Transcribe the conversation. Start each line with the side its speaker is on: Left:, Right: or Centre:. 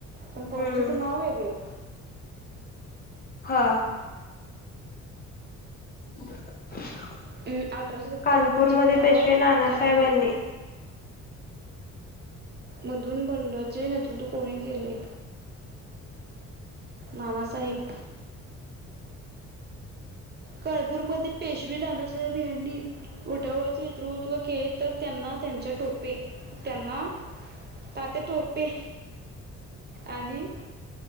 Right: पण पोस्टचं
Left: हम्म
Right: नाव वेगळं
Left: हा <inaudible>
Right: अ अठराशे सत्तावन्नच्या
Left: कानपूरमध्ये
Right: उठावात
Left: पेशवे नानासाहेब
Right: कानपूर
Left: यांनी
Right: मधु बंडाचे नेतृत्व कोणी केले? नानासाहेब कालपूरमध्ये पेशवी नानासाहेब यांनी उठावाचे नेतृत्व केले. तर त्यांना त्यांच्या टोपे त्यांना तात्या टोपे आणि